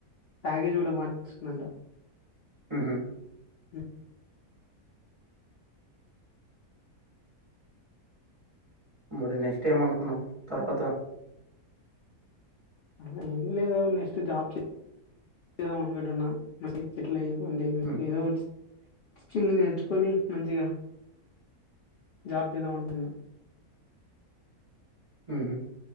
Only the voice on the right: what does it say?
ఉమ్.
మరి నెక్స్ట్ ఏం అనుకున్నావు తర్వాత.
హ్మ్.
ఉమ్